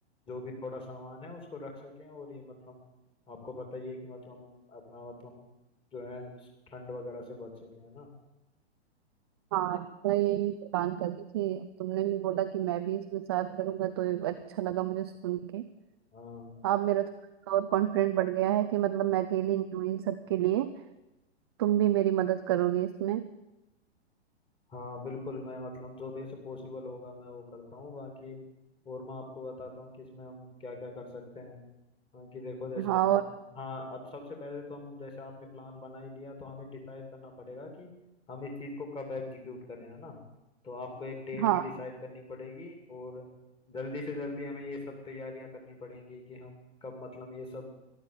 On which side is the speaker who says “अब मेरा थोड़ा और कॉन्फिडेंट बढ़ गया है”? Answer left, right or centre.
Right